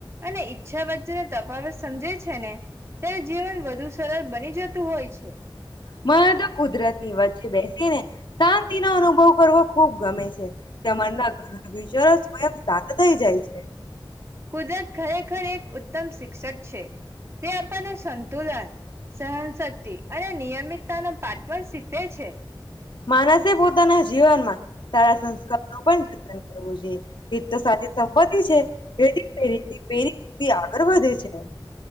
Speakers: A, on the right; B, on the left.
A: અને ઈચ્છા વચ્ચેને તફાવત.. સમજે છે ને ત્યારે જીવન વધુ સરળ બની જતું હોય છે..
B: મા તો કુદરત ની વાત છે બેસ્ટ.. ને શાંતિ નો અનુભવ કરવો ખુબ ગમે છે.. તેમના ઘર વિચારો સ્વયં શાંત થઈ જાય છે..
A: કુદરત ખરેખર એક ઉત્તમ શિક્ષક.. છે તે આપણને સંતુલન સહનશક્તિ.. અને નિયમિતતા નો પાઠ પણ શીખેવે છે..
B: માણસે પોતાના જીવનમાં સારા સંસ્કાર નું પણ જતન કરવું જોઈએ તે તો સાચી સંપત્તિ છે <unintelligible> પેઢી સુધી આગળ વધે છે..